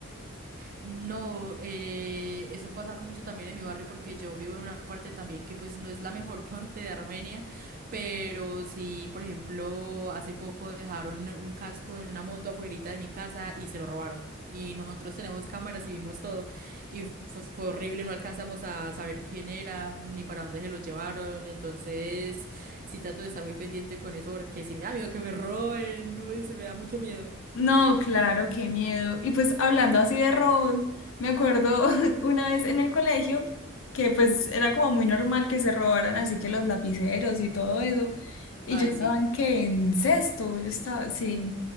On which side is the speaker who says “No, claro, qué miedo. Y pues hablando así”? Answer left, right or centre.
Left